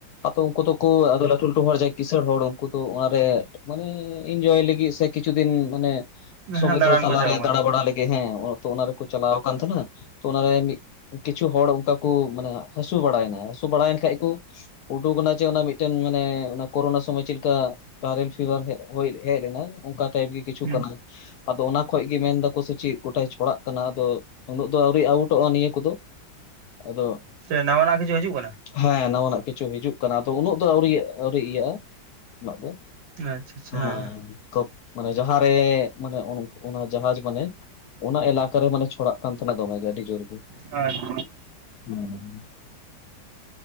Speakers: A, on the left; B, on the right.
A: ᱟᱫᱚ ᱩᱱᱠᱩ ᱫᱚᱠᱚ ᱟᱫᱚ ᱞᱟᱹᱴᱩ ᱞᱟᱹᱴᱩ ᱦᱚᱲ ᱡᱟᱦᱟᱭ ᱠᱤᱥᱟᱹᱬ ᱦᱚᱲ ᱩᱱᱠᱩ ᱫᱚ ᱚᱱᱟᱮ ᱼᱼ ᱢᱟᱱᱮ ᱮᱧᱡᱚᱭ ᱞᱟᱹᱜᱤᱫ ᱥᱮ ᱠᱤᱪᱷᱩ ᱫᱤᱱ ᱢᱟᱱᱮ ᱼᱼ ᱥᱚᱢᱩᱫᱨᱚ
B: ᱦᱮᱸ ᱫᱟᱬᱟᱱ
A: ᱛᱟᱞᱟᱨᱮ
B: ᱠᱚ ᱪᱟᱣ ᱠᱟᱱᱟ
A: ᱫᱟᱬᱟ ᱵᱟᱲᱟ ᱞᱮᱜᱮ ᱦᱮᱸ ᱚ ᱛᱚ ᱚᱱᱟ ᱨᱮᱠᱚ ᱪᱟᱞᱟᱣ ᱟᱠᱟᱱ ᱛᱟᱦᱮᱱᱟ᱾ ᱛᱚ ᱚᱱᱟᱨᱮ ᱢᱤᱫ ᱠᱤᱪᱷᱩ ᱦᱚᱲ ᱚᱱᱠᱟ ᱠᱚ ᱢᱟᱱᱮ ᱦᱟᱹᱥᱩ ᱵᱟᱲᱟᱭᱮᱱᱟ ᱦᱟᱹᱥᱩ ᱵᱟᱲᱟᱭᱮᱱ ᱠᱷᱟᱡ ᱠᱚ ᱩᱰᱩᱠ ᱱᱟ ᱪᱮ ᱚᱱᱟ ᱢᱤᱫᱴᱮᱱ ᱢᱟᱱᱮ ᱚᱱᱟ ᱠᱳᱨᱳᱱᱟ ᱥᱚᱢᱚᱭ ᱪᱮᱫ ᱞᱮᱠᱟ? ᱵᱷᱟᱭᱨᱮᱟᱞ ᱯᱷᱤᱵᱷᱟᱨ ᱦᱮᱡ ᱦᱩᱭ ᱦᱮᱡ ᱞᱮᱱᱟ ᱚᱱᱠᱟ ᱛᱮ ᱜᱮ ᱠᱤᱪᱷᱩ
B: ᱦᱩᱸ
A: ᱠᱟᱱᱟ᱾ ᱟᱫᱚ ᱚᱱᱟ ᱠᱷᱚᱡ ᱜᱮ ᱢᱮᱱ ᱫᱟᱠᱚ ᱥᱮ ᱪᱮᱫ ᱜᱚᱴᱟᱭ ᱪᱷᱚᱲᱟᱜ ᱠᱟᱱᱟ, ᱟᱫᱚ ᱩᱱᱟᱹᱜ ᱫᱚ ᱟᱹᱣᱨᱤ ᱟᱣᱩᱴᱚᱜᱼᱟ ᱱᱤᱭᱟᱹ ᱠᱚᱫᱚ, ᱟᱫᱚ
B: ᱥᱮ ᱱᱟᱣᱟᱱᱟᱜ ᱠᱤᱪᱷᱩ ᱦᱤᱡᱩᱜ ᱠᱟᱱᱟ?
A: ᱦᱮᱸ ᱱᱟᱣᱟᱱᱟᱜ ᱠᱤᱪᱷᱩ ᱦᱤᱡᱩᱜ ᱠᱟᱱᱟ ᱟᱫᱚ ᱩᱱᱟᱹᱜ ᱫᱚ ᱟᱹᱣᱨᱤ ᱟᱹᱣᱨᱤ ᱤᱭᱟᱹᱜ-ᱟ ᱩᱱᱟᱹᱜ ᱫᱚ᱾
B: ᱟᱪᱪᱷᱟ ᱟᱪᱪᱷᱟ
A: ᱦᱟᱸ
B: ᱦᱮᱸ
A: ᱠᱚᱠ ᱢᱟᱱᱮ ᱡᱟᱦᱟᱸᱡ ᱢᱟᱱᱮ ᱚ ᱚᱱᱟ ᱡᱟᱦᱟᱡ ᱢᱟᱱᱮ, ᱚᱱᱟ ᱮᱞᱟᱠᱟᱨᱮ ᱢᱟᱱᱮ ᱪᱷᱚᱲᱟᱜ ᱠᱟᱱ ᱛᱟᱦᱮᱱᱟ ᱫᱚᱢᱮ ᱜᱮ ᱟᱹᱰᱤ ᱡᱳᱨ ᱜᱮ᱾
B: ᱟᱪᱪᱷᱟ
A: ᱦᱩᱸᱻ